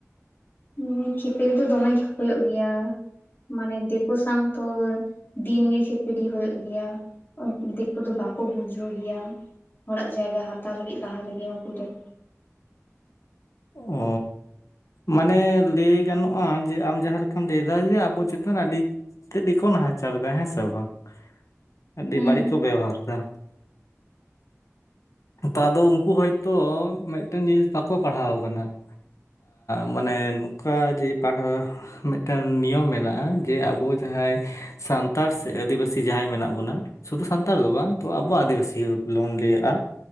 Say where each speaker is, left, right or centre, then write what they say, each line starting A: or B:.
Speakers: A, on the left; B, on the left.
A: ᱦᱮᱸ ᱠᱷᱤᱯᱤ ᱫᱚ ᱫᱚᱢᱮ ᱜᱮ ᱦᱩᱭᱩᱜ ᱜᱮᱭᱟ᱾ ᱢᱟᱱᱮ ᱫᱤᱠᱩ ᱥᱟᱝ ᱛᱚ ᱫᱤᱱ ᱜᱮ ᱠᱷᱮᱯᱲᱤ ᱦᱩᱭᱩᱜ ᱜᱮᱭᱟ ᱾ ᱩᱱ ᱫᱤᱠᱩ ᱫᱚ ᱵᱟᱠᱚ ᱵᱩᱡᱷᱟᱹᱣ ᱜᱮᱭᱟ ᱦᱚᱲᱟᱜ ᱡᱟᱭᱜᱟ ᱦᱟᱛᱟᱣ ᱞᱟᱹᱜᱤᱫ ᱞᱟᱦᱟ ᱨᱮᱜᱮ ᱩᱱᱠᱩ ᱫᱚ ᱾
B: ᱚ ᱾ ᱢᱟᱱᱮ ᱞᱟᱹᱭ ᱜᱟᱱᱚᱜᱼᱟ ᱡᱮ ᱟᱢ ᱡᱟᱦᱟᱸ ᱞᱮᱠᱟᱢ ᱞᱟᱹᱭ ᱫᱟ ᱡᱮ ᱟᱵᱚ ᱪᱮᱛᱟᱱ ᱨᱮ ᱟᱹᱰᱤ ᱛᱮᱫ ᱜᱮᱠᱚ ᱱᱟᱦᱟᱪᱟᱨ ᱮᱫᱟ ᱦᱮᱸ ᱥᱮ ᱵᱟᱝ, ᱟᱹᱰᱤ
A: ᱦᱩᱸ
B: ᱵᱟᱹᱲᱤᱡ ᱠᱚ ᱵᱮᱵᱚᱦᱟᱨ ᱫᱟ᱾ ᱛᱚ ᱟᱫᱚ ᱩᱱᱠᱩ ᱦᱚᱭᱛᱳ ᱢᱤᱫᱴᱮᱱ ᱡᱤᱱᱤᱥ ᱵᱟᱠᱚ ᱯᱟᱲᱦᱟᱣ ᱟᱠᱟᱱᱟ, ᱢᱟᱱᱮ ᱮᱸ ᱱᱚᱝᱠᱟ ᱡᱮ ᱯᱟᱲᱦᱟᱣ ᱢᱤᱫᱴᱟᱝ ᱱᱤᱭᱚᱢ ᱢᱮᱱᱟᱜᱼᱟ ᱡᱮ ᱟᱵᱚ ᱡᱟᱦᱟᱸᱭ ᱥᱟᱱᱛᱟᱲ ᱥᱮ ᱟᱹᱫᱤᱵᱟᱹᱥᱤ ᱡᱟᱦᱟᱸᱭ ᱢᱮᱱᱟᱜ ᱵᱚᱱᱟ ᱥᱩᱫᱷᱩ ᱥᱟᱱᱛᱟᱲ ᱫᱚ ᱵᱟᱝ ᱛᱚ ᱟᱵᱚ ᱟᱹᱫᱤᱵᱟᱹᱥᱤ ᱜᱮᱵᱚᱱ ᱞᱟᱹᱭᱟᱜᱼᱟ,